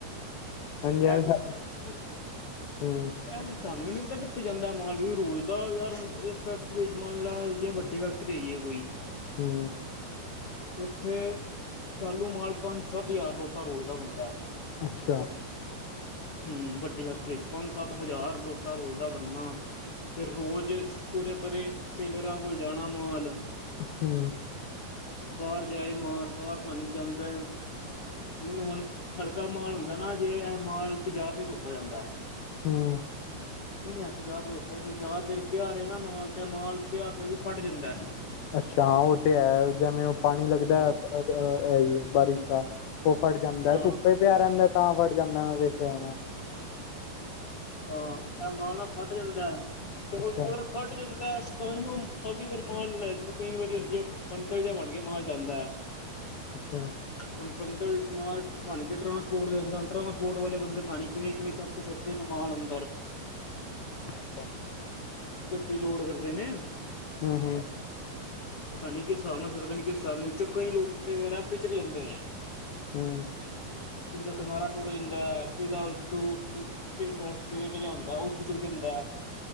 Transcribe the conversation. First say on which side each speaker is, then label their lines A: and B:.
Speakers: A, on the left (about 45°); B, on the left (about 70°).
A: ਸਕੈਬ
B: ਹਾਂਜੀ ਐਵੇਂ
A: ਯਾਰ ਇਹ
B: ਹੂੰ
A: ਤੇ ਸਾਨੂੰ ਵੀ ਨੀ ਪਤਾ ਕਿ ਜਾਂਦਾ ਰੋਜ਼ ਦਾ ਯਾਰਣ ਇਸ ਫੈਕਟਰੀ ਚ ਮੰਨ ਲੈ ਜੇ ਵੱਡੀ ਫੈਕਟਰੀ ਆ ਕੋਈ,
B: ਹੂੰ,
A: ਉੱਥੇ ਚਾਲੂ ਮਾਲ ਪੰਜ ਸੱਤ ਹਜ਼ਾਰ ਲੋਟਾ ਰੋਜ਼ ਦਾ ਬੰਦਾ ਹੈ।
B: ਅੱਛਾ,
A: ਹੂੰ ਵੱਡੀ ਫੈਕਟਰੀ ਚ ਪੰਜ ਸੱਤ ਹਜ਼ਾਰ ਲੋਟਾ ਰੋਜ਼ ਦਾ ਬਣਨਾ ਫਿਰ ਰੋਜ਼ ਪੂਰੇ ਪਰਰੇ ਸੇਲਰਾਂ ਕੋਲ ਜਾਣਾ ਮਾਲ
B: ਹੂੰ,
A: ਬਾਹਰ ਜਾਏ ਮਾਲ ਬਾਹਰ ਪਾਣੀ ਜਾਂਦਾ ਹੈ ਜਿਵੇਂ ਹੁਣ, ਹਲਕਾ ਮਾਲ ਹੁੰਦਾ ਨਾ ਜੇ ਇਹ ਮਾਲ ਤਜਰਬਾ ਨਾਲ ਧੋਤਾ ਜਾਂਦਾ ਹੈ।
B: ਹੂੰ,
A: ਨਹੀਂ ਤੇ ਜਾ ਜ਼ਿਆਦਾ ਦੇਰ ਪਿਆ ਰਹੇ ਨਾ ਮਾਲ ਤੇ ਮਾਲ ਪਿਆ ਪਿਆ ਵੀ ਫਟ ਜਾਂਦਾ।
B: ਅੱਛਾ ਹਾਂ ਉਹ ਤੇ ਹੈ ਜਿਵੇਂ ਉਹ ਪਾਣੀ ਲੱਗਦਾ
A: ਹਾਂ
B: ਹੈ ਹੈ ਹੀ ਬਾਰਿਸ਼ ਦਾ ਉਹ ਫਟ ਜਾਂਦਾ
A: ਹਾਂ
B: ਧੁੱਪੇ ਪਿਆ ਰਹਦਾ ਤਾਂ ਫਟ ਜਾਂਦਾ ਮੈਂ ਵੇਖਿਆ ਮੈਂ
A: ਹਾਂ ਇਹ ਮਾਲਾ ਫਟ ਜਾਂਦਾ ਤੇ ਹੁਣ
B: ਅੱਛਾ
A: ਅਗਰ ਫਟ ਜਾਂਦਾ। ਕ ਵਾਰ ਮਾਲ ਲੈ ਕਈ ਵਾਰੀ ਹਜੇ ਬੰਡਲ ਜਿਹਾ ਬਣ ਕੇ ਮਾਲ ਜਾਂਦਾ ਹੈ।
B: ਅੱਛਾ,
A: ਹੁਣ ਬੰਡਲ ਬਣ ਕੇ ਟਰਸਪੋਰਟ ਦੇੰਦਾ ਟਰਾਂਸਪੋਰਟ ਵਾਲੇ ਬੰਦੇ ਪਤਾ ਕਿਵੇਂ ਕਿਵੇਂ ਚੱਕ ਛੱਡਦੇ ਮਾਲ ਅੰਦਰ
B: ਅੱਛਾ
A: ਗੱਡੀ ਲੋੜ ਕਰਦੇ ਨੇ,
B: ਹੂੰ ਹੂੰ
A: ਪਤਾ ਨੀ ਕਿਸ ਹਿਸਾਬ ਨਾਲ ਛੱਡਦੇ ਨੇ ਕਿਸ ਹਿਸਾਬ ਨਾਲ ਵਿੱਚ ਕਈ ਲੋਟੇ ਵਗੈਰਾ ਪਿਚਕ ਜਾਂਦੇ ਨੇ,
B: ਹੂੰ,
A: ਉਹਦਾ ਕਿਨਾਰਾ ਟੁੱਟ ਜਾਂਦਾ ਫੇਰ ਉਹਦਾ ਪੇਟ ਜਿਹਾ ਹੁੰਦਾ ਉਹ ਖਿਸਕ ਜਾਂਦਾ